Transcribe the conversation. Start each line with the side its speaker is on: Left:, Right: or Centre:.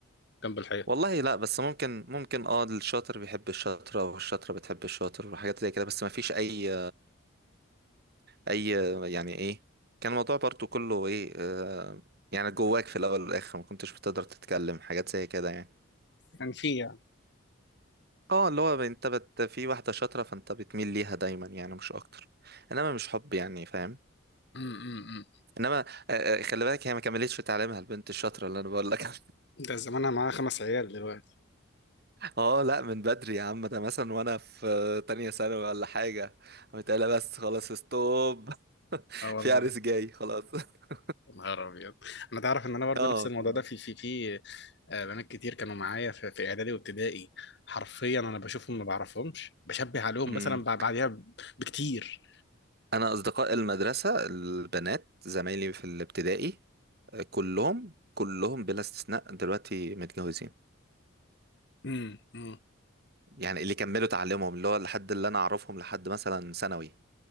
Left: جنب الحيط؟
Right: والله لا بس ممكن ممكن اه الشاطر بيحب الشاطرة والشاطرة بتحب الشاطر وحاجات زي كده بس ما فيش اي اي يعني ايه كان الموضوع برضو كله ايه آه يعني جواك في الاول والاخر ما كنتش بتقدر تتكلم حاجات زي كده يعني
Left: كان في يعني
Right: اه اللي هو انت بت في واحدة شاطرة فانت بتميل ليها دايما يعني مش اكتر انما مش حب يعني فاهم
Left: امم
Right: انما آه آه، خلي بالك هي ما كملتش تعليمها البنت الشاطرة اللي انا بقول لك عليها.
Left: ده زمانها معاها خمس عيال دلوقتي
Right: اه لا من بدري يا عم ده مثلا وانا في تانية ثانوي ولا حاجة قمت قايلة بس خلاص ستوب <laughs>
Left: اه والله
Right: في عريس جاي خلاص <laughs>
Left: يا نهار ابيض انا تعرف ان انا برضو
Right: اه
Left: نفس الموضوع
Right: ف...
Left: ده في في في آه، بنات كتير كانوا معايا في, في اعدادي وابتدائي حرفيا انا بشوفهم ما بعرفهمش بشبه عليهم
Right: مم.
Left: مثلا بع- بعديها بكتير
Right: انا اصدقاء المدرسة البنات زمايلي في الابتدائي آه، كلهم كلهم بلا استثناء دلوقتي متجوزين
Left: امم امم
Right: يعني اللي كملوا تعليمهم اللي هو لحد اللي انا اعرفهم لحد مثلا ثانوي